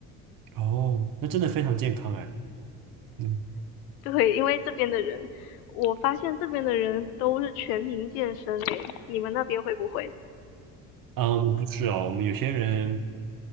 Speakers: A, on the right (about 55°); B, on the left (about 80°).
A: 哦，那真的非常健康哎。嗯，
B: 对，因为这边的人，我发现这边的人都是全民健身诶，你们那边会不会？
A: 啊，不是哦，我们有些人，